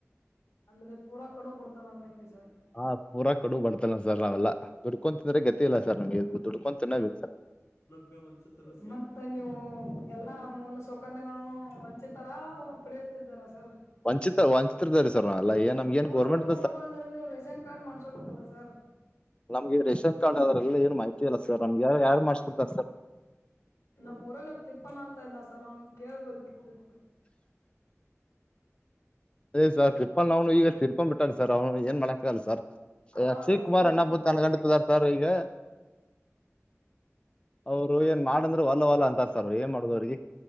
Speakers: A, on the left; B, on the left.
A: ಅಂದ್ರೆ ಪೂರಾ ಕಡು ಬಿಡ್ತಾನ ಅಂದಂಗೆ ಸರ್
B: ಹಾ ಪೂರ ಕಡು ಬರ್ತಲ್ಲ ಸರ್ ನಾವೆಲ್ಲ ದುಡ್ಕೊಂಡು ತಿಂದ್ರೆ ಗತಿ ಇಲ್ಲ ಸರ್ ನಮ್ಗೆ ದುಡ್ಕೊಂಡು ತಿನ್ನೋಬೇಕು ಸರ್
A: <unintelligible> ಮತ್ತೆ ನೀವು ಎಲ್ಲಾ ಮೂಲ ಸೌಕ್ಯಗಳನ್ನ ವಂಚಿತರ ಪಡ ಜರ ಸರ್
B: ವಂಚಿತ ವಂಚಿತರದವ್ರಿ ಸರ್ ನಾವೆಲ್ಲ
A: ಸರ್
B: ಏನ್ ನಮ್ಗೆ ಏನ್
A: ಪೂರ
B: ಗೌರ್ಮೆಂಟ್
A: ಕೊಡ್ಬಹಡ್ರ ಅಂದ್ರೆ ನೀವು ರೇಷನ್ ಕಾರ್ಡ್ ಮಾಡ್ಸೋಬೇಕಲ್ಲ ಸರ್
B: ನಮ್ಗೆ ರೇಷನ್ ಕಾರ್ಡ್ ಆದದ್ರಲ್ಲ ಏನು ಮಾಹಿತಿ ಇಲ್ಲ ಸರ್ ನಮಗೆ ಯಾರ ಯಾರು ಮಾಡ್ಕೊಡ್ತಾರೆ ಸರ್
A: ನಮ್ಮ್ ಊಲ್ ಒ ತಿಪ್ಪನ ಅಂತ ಇದ್ದ ಸರ್ ಅವ್ನ್ ಕೇಳ್ಬೋದಕಿತ್ತು
B: ಅದೇ ಸಾರ್ ತ್ಪಾಲ್ ನಾನು ಈಗ ತಿರ್ಕೊಂಡ್ ಬಿಟ್ಟಿ ಸರ್ ಅವ್ನು ಏನ್ ಮಾಡಕ್ಕಲ್ಲ ಸರ್
A: ಅವ
B: ಅಕ್ಷಯ್
A: ಅಲ್ಲ
B: ಕುಮಾರ್
A: ಸರ್
B: ಅಣ್ಣ
A: ತಿಪ್ಪ
B: ಬತ್ ನನ್ ಗಂಟಾರ್ ಸರ್ ಈಗ ಅವ್ರು ಏನ್ ಮಾಡಂದ್ರರು ವಲ್ಲ ಹೊಲ್ಲ ಅಂತಾರ ಸರ್ ಅವ ಏ ಮಾಡುದ್ ಅವ್ರಿಗೆ